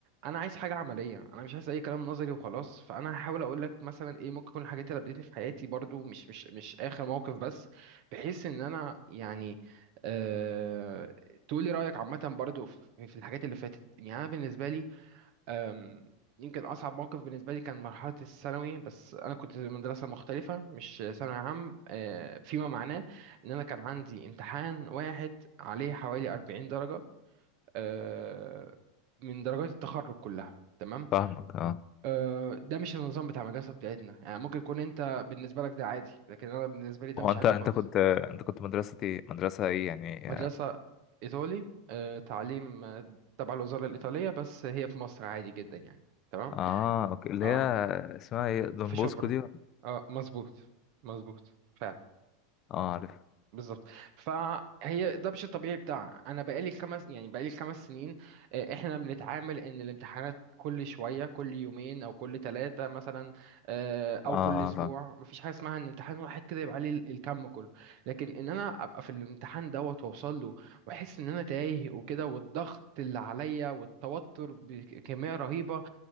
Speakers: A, on the right (about 55°); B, on the left (about 40°).
A: انا عايز حاجه عمليه انا مش عايز اي كلام نظري وخلاص فانا هحاول اقول لك مثلا ايه ممكن تكون الحاجات اللي قابلتني في حياتي برضو مش مش مش اخر موقف بس بحيث ان انا يعني أه... تقولي رايك عامه برضو في في الحاجات اللي فاتت يعني انا بالنسبه لي أم، يمكن أصعب موقف بالنسبة لي كان مرحلة الثانوي بس أنا كنت في مدرسة مختلفة مش ثانوي عام أه، فيما معناه إن أنا كان عندي امتحان واحد عليه حوالي 40 درجة أه، من درجات التخرج كلها تمام
B: فاهمك اه
A: أه، ده مش النظام بتاع المدرسة بتاعتنا يعني ممكن يكون أنت بالنسبة لك ده عادي لكن أنا بالنسبة لي ده
B: هو
A: مش
B: انت
A: عادي
B: انت
A: خالص
B: كنت انت كنت مدرسة ايه مدرسة ايه يعني
A: مدرسة إيطالي أه، تعليم أه، تبع الوزارة الإيطالية بس هي في مصر عادي جدا يعني تمام
B: اه اوكي اللي
A: اه
B: هي اسمها ايه دون
A: في شبرا
B: بوسكو دي
A: اه مظبوط مظبوط فعلا
B: اه عارف
A: بالظبط فهي ده مش الطبيعي بتاع انا بقالي خمس يعني بقالي خمس سنين آه، احنا بنتعامل ان الامتحانات كل شويه كل يومين او كل ثلاثه مثلا آه، او
B: اه آه،
A: كل اسبوع
B: فاهم
A: مفيش حاجه اسمها ان امتحان واحد كده يبقى عليه ال- الكم كله لكن ان انا ابقى في الامتحان دوت واوصل له واحس ان انا تايه وكده والضغط اللي عليا والتوتر بكميه رهيبه